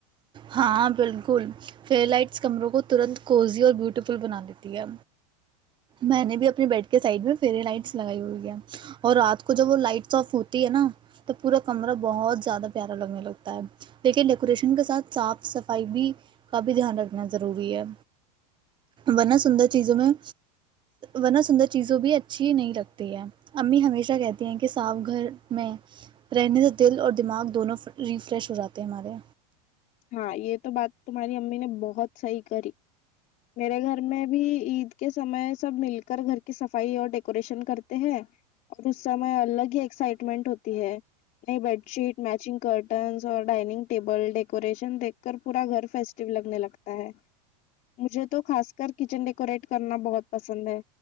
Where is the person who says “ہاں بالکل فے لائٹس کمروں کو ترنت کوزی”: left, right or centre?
Right